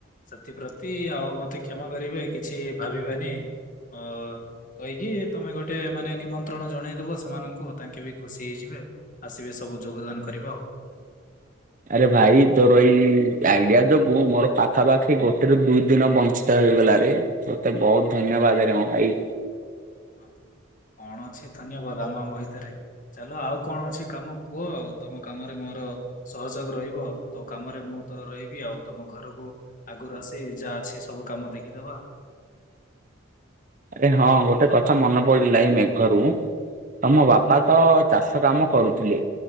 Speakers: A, on the left (about 40°); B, on the right (about 40°).
A: ସେଥିପ୍ରତି, ଆଉ ମତେ କ୍ଷମା କରିବେ କିଛି ଭାବିବେନି ଅ। କହିକି ତମେ ଗୋଟେ ମାନେ ନିମନ୍ତ୍ରଣ ଜଣେଇଦବ ସେମାନଙ୍କୁ ତାଙ୍କେ ବି ଖୁସି ହେଇଯିବେ। ଆସିବେ ସବୁ ଯୋଗଦାନ କରିବେ ଆଉ।
B: ଆରେ ଭାଇ ତୋର ଏଇ ଆଇଡିଆ ଯୋଗୁ ମୋର ପାଖାପାଖି ଗୋଟେରୁୁ ଦୁଇ ଦିନ ବଞ୍ଚ ଞ୍ଚିତ ହେଇଗଲା ରେ, ତତେ ବହୁତ ଧନ୍ୟବାଦରେ ମୋ ଭାଇ।
A: ହଁ କଣ ଅଛି ଧନ୍ୟବାଦ ଆମ ଆମ ଭିତରେ। ଚାଲ ଆଉ କଣ ଅଛି କାମ କୁହ ଆଉ ତମ କାମରେ ମୋର। ସହଯୋଗ ରହିବ, ତୋ କାମରେ ମୁଁ ତ ରହିବି ଆଉ ତମ ଘରକୁ। ଆଗରୁ ଆସି ଯାହା ଅଛି ସବୁ କାମ ଦେଖିଦବା।
B: ଆରେ ହଁ ଗୋଟେ କଥା ମନେ ପଡିଲା ଏଇ ମେଘରୁ। ତମ ବାପା ତ ଚାଷ କାମ କରୁଥିଲେ